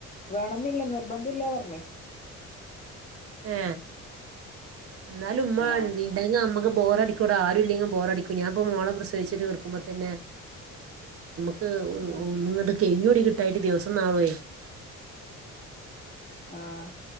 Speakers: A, on the left (about 25°); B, on the right (about 50°).
A: വേണെന്നില്ല നിർബന്ധല്ലാന്ന് പറ്ഞ്ഞു
B: ഏ എന്നാലും ഉമ്മ
A: ആ
B: ഉണ്ടെങ്കി നമ്മക്ക് ബോറടിക്കൂടാ... ആരും ഇല്ലെങ്കി ബോറടിക്കും. ഞാനിപ്പ മോളെ പ്രസവിച്ചിട്ട് കിടക്കുമ്പോ തന്നെ ക്ക്... ഒ.. ഉ..
A: ഉം.
B: ഒന്നിങ്ങട്ട് കയിഞ്ഞുടി കിട്ടായിട്ട് ദിവസം നാലായി.
A: ആഹ്